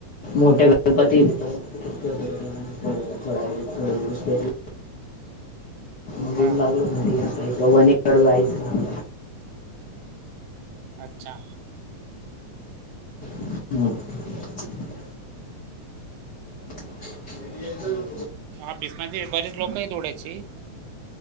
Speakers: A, on the left; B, on the right.
A: मोठ्या गणपती ये तिथं, <unintelligible> थोडा वेळ, थोडे दिवसं घेतलं मग
B: हा
A: येऊन लागलो
B: हा
A: घरी आता, इकडं वनीकड जायचंय ना
B: अच्छा
A: <unintelligible> <unintelligible> एक जर व
B: ऑफिस मध्ये बरेच लोक आहे तोडायचे.